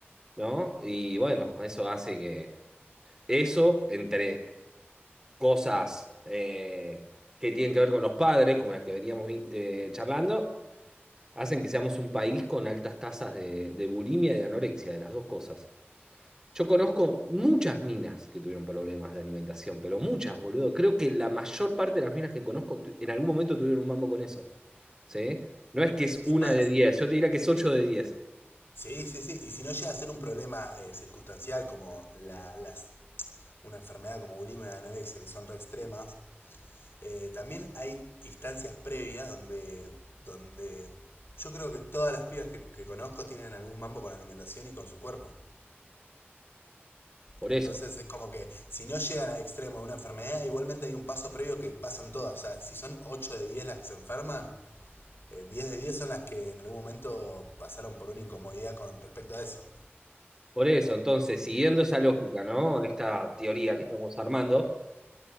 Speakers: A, on the right; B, on the left.
A: ¿no? Y bueno, eso hace que... Eso entre cosas eh, que tienen que ver con los padres, como las que veníamos vin- eh, charlando, hacen que seamos un país con altas tasas de, de bulimia y de anorexia, de las dos cosas. Yo conozco muchas minas que tuvieron problemas de alimentación, pero muchas, boludo. Creo que la mayor parte de las minas que conozco tu- en algún momento tuvieron un mambo con eso. ¿Sí? No es que es
B: Es
A: una
B: más,
A: de diez yo te diría que es ocho de diez
B: sí, sí, sí, y si no llega a ser un problema eh, circunstancial como la, las una enfermedad como bulimia y anorexia, que son re extremas, eh, también hay instancias previas donde, donde yo creo que todas las pibas que, que conozco tienen algún mambo con la alimentación y con su cuerpo.
A: Por
B: Entonces
A: eso,
B: es como que si no llegan al extremo de una enfermedad, igualmente hay un paso previo que pasan todas. O sea, si son 8 de 10 las que se enferman, eh, 10 de 10 son las que en algún momento pasaron por una incomodidad con respecto a eso.
A: por eso. Entonces, siguiendo esa lógica, ¿no? Esta teoría que estamos armando,